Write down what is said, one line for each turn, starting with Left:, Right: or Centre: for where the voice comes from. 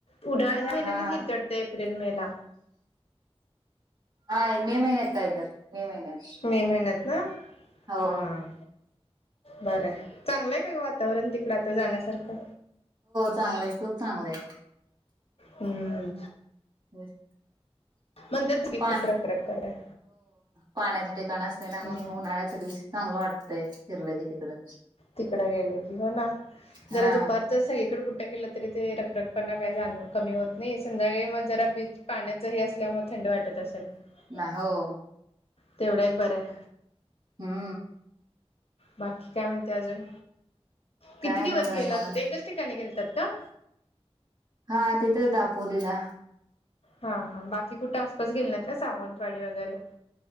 Left: उद्या नाही, ह्याच महिन्यातच
Right: हा
Left: गेली होती वाटतं, एप्रिल-मे ला.
Right: हा, मे महिन्यात काय तरी, मे महिन्यात.
Left: मे महिन्यात ना
Right: हो
Left: हा. बरं, चांगलं आहे का वातावरण तिकडं आता जाण्यासारखं?
Right: चांगलं आहे, खूप चांगलं आहे.
Left: हं.
Right: होत
Left: म्हणतात की
Right: पा,
Left: खूप रखरख करताय.
Right: पाण्याचे ठिकाण असते ना, म्हणून
Left: हम्म
Right: उन्हाळ्यात... आजच्या दिवशी चांगलं वाटतंय फिरलं की तिकडं.
Left: तिकडं गेलं की हो ना,
Right: हा
Left: जरा दुपारचं सगळीकडे कुठं गेलं... तरी तो रखरखपणा काही कमी होत नाही, संध्याकाळी मग जरा बीच, पाण्याचंही असल्यामुळे थंड वाटतं. तसं... र
Right: नाही हो.
Left: तेवढं एक बरंय.
Right: हा.
Left: बाकी काय म्हणते, अजून किती
Right: काय
Left: दिवस?
Right: नाही बघा
Left: गेला
Right: निवांत.
Left: होता एकच ठिकाणी गेलात का?
Right: हां तिथेच दापोलीला.
Left: हा हा बाकी कुठे आसपास गेले नाहीत ना सावंतवाडी वगैरे.